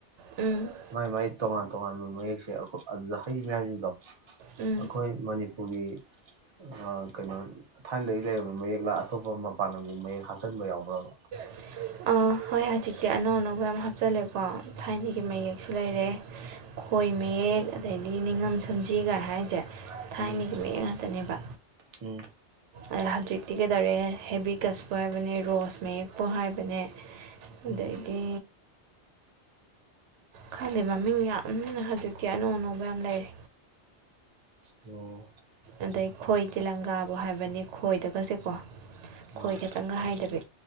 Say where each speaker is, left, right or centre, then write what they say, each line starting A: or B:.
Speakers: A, on the right (about 85°); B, on the right (about 35°).
A: ꯎꯝ
B: ꯃꯥꯏ ꯃꯥꯏ ꯇꯣꯉꯥꯟ ꯇꯣꯉꯥꯟꯕ ꯃꯌꯦꯛꯁꯦ ꯑꯈꯣ ꯑꯗꯨꯗ ꯍꯩ ꯃꯌꯥꯝꯖꯤꯡꯗꯣ
A: ꯎꯝ
B: ꯑꯈꯣꯏ ꯃꯅꯤ ꯄꯨꯔꯒꯤ ꯑ ꯀꯩꯅꯣ ꯊꯥꯏꯅꯗꯩ ꯂꯩꯔꯝꯕ ꯃꯌꯦꯛ ꯂꯥ ꯑꯇꯣꯞꯄ ꯃꯄꯥꯟ ꯂꯝꯒꯤ ꯃꯌꯦꯛ ꯍꯥꯞꯆꯟꯕ ꯌꯥꯎꯕ꯭ꯔꯕ
A: <inaudible> ꯑꯥ ꯍꯣꯏ ꯍꯧꯖꯤꯛꯇꯤ ꯑꯅꯧ ꯑꯅꯧꯕ ꯌꯥꯝ ꯍꯥꯞꯆꯤꯜꯂꯦꯀꯣ ꯊꯥꯏꯅꯒꯤ ꯃꯌꯦꯛꯁꯨ ꯂꯩꯔꯦ ꯈꯣꯏ ꯃꯌꯦꯛ ꯑꯗꯩꯗꯤ ꯅꯤꯡꯉꯝ ꯁꯝꯖꯤꯒ ꯍꯥꯏꯁꯦ ꯊꯥꯏꯅꯒꯤ
B: ꯎꯝ
A: ꯃꯌꯦꯛ ꯉꯥꯛꯇꯅꯦꯕ
B: ꯎꯝ
A: <unintelligible> ꯍꯧꯖꯤꯛꯇꯤ ꯀꯩꯗꯧꯔꯦ ꯍꯦꯕꯤꯀꯁꯄꯨ ꯍꯥꯏꯕꯅꯦ ꯔꯣꯁ ꯃꯌꯦꯛꯄꯨ ꯍꯥꯏꯕꯅꯦ
B: ꯎꯝ
A: ꯑꯗꯩꯗꯤ ꯈꯪꯗꯦ ꯃꯃꯤꯡ ꯌꯥꯝꯅ ꯍꯧꯖꯤꯛꯇꯤ ꯑꯅꯧ ꯑꯅꯧꯕ ꯌꯥꯝ ꯂꯩꯔꯦ
B: <unintelligible>
A: ꯑꯗꯩ ꯈꯣꯏ ꯇꯦꯂꯪꯒꯥꯕꯨ ꯍꯥꯏꯕꯅꯦ ꯈꯣꯏꯗꯒꯁꯦꯀꯣ
B: ꯑꯥ
A: ꯈꯣꯏ ꯈꯇꯪꯒ ꯍꯥꯏꯗꯕꯤ